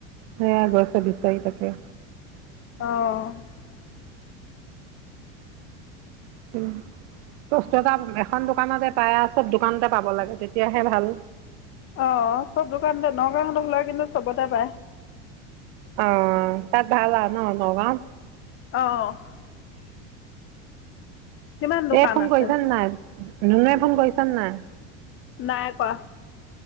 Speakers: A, on the right; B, on the left.
A: সে গছে বিচাৰি তাকে
B: অঁ
A: হোম বস্তু এটা এখন দোকানতে পায় আৰু চব দোকানতে পাব লাগে তেতিয়াহে ভাল
B: অ চব দোকানতে নগাঁওখনক লই কিন্তু চবতে পায়
A: অ তাত ভাল আউ ন নগাওঁ
B: <unintelligible> কিমান দোকান
A: এ ফোন
B: আছে
A: কৰিছ নে নাই নুনুৱে ফোন কৰিছ নে নাই
B: নাই কৱা